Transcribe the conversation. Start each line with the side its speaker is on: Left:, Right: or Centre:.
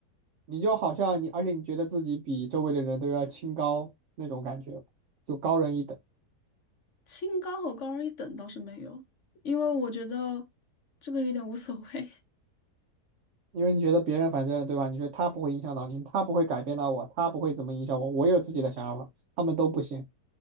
Right: 你就好像你，而且你觉得自己比周围的人都要清高那种感觉，就高人一等，
Left: 清高和高人一等倒是没有，因为我觉得这个有点无所谓。
Right: 因为你觉得别人反正对吧？你觉得他不会影响到你，他不会改变到我，他不会怎么影响我，我有自己的想法，他们都不行